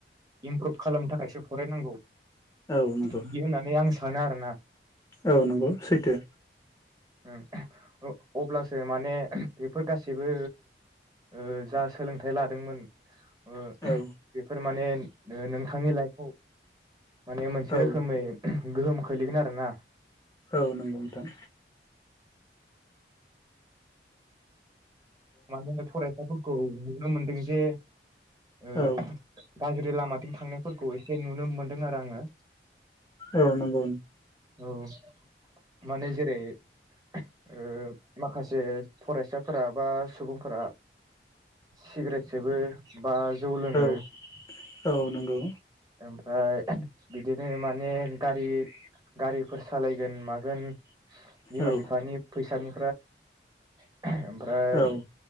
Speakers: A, on the right (about 20°); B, on the left (about 20°).
A: इमप्रुभ खालामनो थाखायसो फरायनांगौ।
B: औ नंगौ
A: बिदि होननानै आं सा सानो आरोना।
B: औ नंगौ सैथो।
A: उम अ-अब्लासो माने बेफोर गासिबो। ओ जा सोलों थाइ लादोंमोन। ओ
B: औ
A: बेफोर माने। ओ नोंथांनि लाइफआव। माने मोनसे
B: औ
A: रोखोमै। गोहोम खोलैगोन आरोना।
B: औ नंगौ नोंथां।
A: माने फरायसाफोरखौ नुनो मोनदों जे ओ
B: औ
A: गाज्रिलामा थिं थांनायफोरखौ एसे नुनो मोनदों आरो आङो
B: औ नंगौ।
A: औ माने जेरै ओ माखासे फरायसाफोरा बा सुबुंफोरा सिगारेट सोबो बा जौ लोङो
B: औ औ नंगौ
A: ओम फ्राय बिदिनो माने गारि गारिफोर सालायगोन मागोन बिमा
B: औ
A: बिफानि फैसानि <unintelligible> ओमफ्राय
B: औ